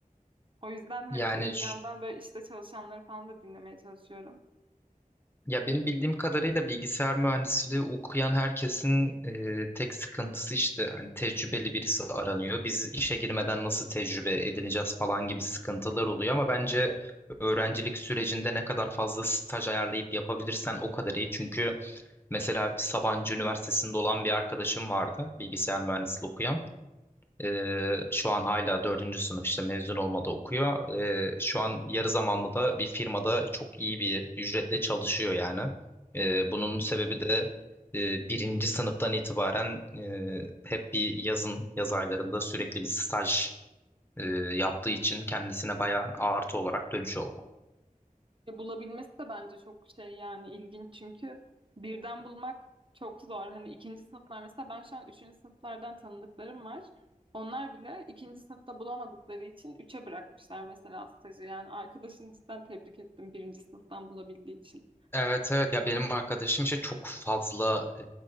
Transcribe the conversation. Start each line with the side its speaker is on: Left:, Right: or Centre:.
Right: O yüzden hani
Left: Yani
Right: bir yandan böyle işte çalışanları falan da dinlemeye çalışıyorum.
Left: Ya benim bildiğim kadarıyla bilgisayar mühendisliği okuyan herkesin e, tek sıkıntısı işte hani tecrübeli birisi aranıyor. Biz işe girmeden nasıl tecrübe edineceğiz falan gibi sıkıntılar oluyor ama bence öğrencilik sürecinde ne kadar fazla staj ayarlayıp yapabilirsen o kadar iyi. Çünkü mesela Sabancı Üniversitesi'nde olan bir arkadaşım vardı bilgisayar mühendisliği okuyan. Ee, şu an hala dördüncü sınıf işte mezun olmadı okuyor. Ee, şu an yarı zamanlı da bir firmada çok iyi bir ücretle çalışıyor yani. Ee, bunun sebebi de e, birinci sınıftan itibaren e, hep bir yazın, yaz aylarında sürekli bir staj e, yaptığı için kendisine bayağı artı olarak dönüş oldu.
Right: Ya bulabilmesi de bence çok şey yani ilginç çünkü birden bulmak çok zor. Hani ikinci sınıflar mesela ben şu an üçüncü sınıflardan tanıdıklarım var. Onlar bile ikinci sınıfta bulamadıkları için üçe bırakmışlar mesela stajı. Yani arkadaşını cidden tebrik ettim birinci sınıftan bulabildiği için.
Left: Evet evet ya benim arkadaşım işte çok fazla